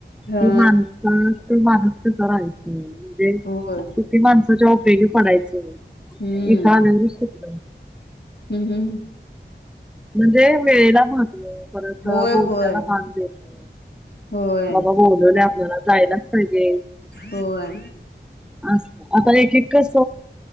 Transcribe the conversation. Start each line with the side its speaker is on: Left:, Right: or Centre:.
Left: हा
Centre: कि माणसं माणुस कसं राहायचं म्हणजे
Left: होय
Centre: कीती माणसाच्या <inaudible> पडायचं.
Left: हम्म
Centre: एका आनंद <inaudible>
Left: हम् हम्म
Centre: म्हणजे वेळेला महत्त्व परत
Left: होय
Centre: अ बोलण्याला
Left: होय
Centre: मान देणे.
Left: होय
Centre: बाबा बोलवले आपल्याला जायलाच पाहिजे.
Left: होय
Centre: अस आता देखे कस